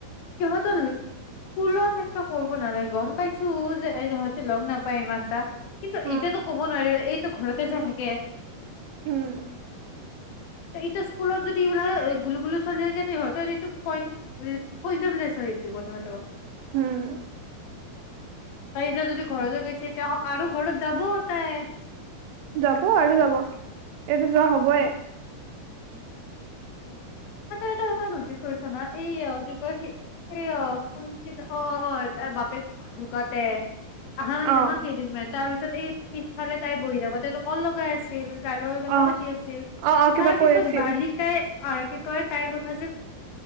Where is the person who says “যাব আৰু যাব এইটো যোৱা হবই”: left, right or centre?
Right